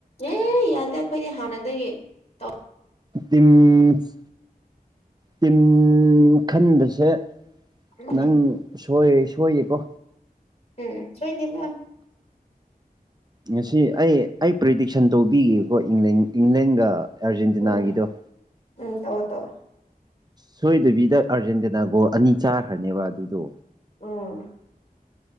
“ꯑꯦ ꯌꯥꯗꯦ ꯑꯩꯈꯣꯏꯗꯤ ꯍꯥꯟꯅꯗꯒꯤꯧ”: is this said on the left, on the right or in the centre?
Left